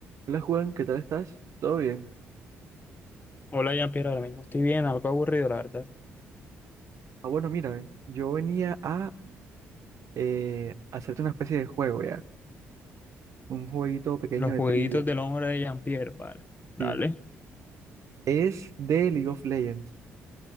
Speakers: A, on the right; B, on the left.
A: Hola Juan, ¿qué tal estás? ¿Todo bien?
B: Hola Jean-Pierre, ahora mismo estoy bien, algo aburrido, la verdad.
A: Ah, bueno, mira, eh, yo venía a eh, hacerte una especie de juego ya, un jueguito pequeño
B: Los
A: de
B: jueguitos
A: trivia,
B: del hombre de Jean-Pierre, vale. Dale.
A: sí. Es de League of Legends.